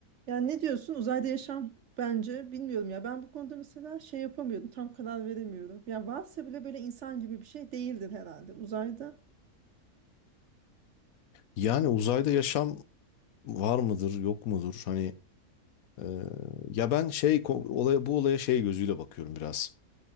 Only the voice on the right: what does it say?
Yani ne diyorsun uzayda yaşam bence bilmiyorum ya ben bu konuda mesela şey yapamıyordum tam karar veremiyorum. Ya varsa bile böyle insan gibi bir şey değildir herhalde uzayda.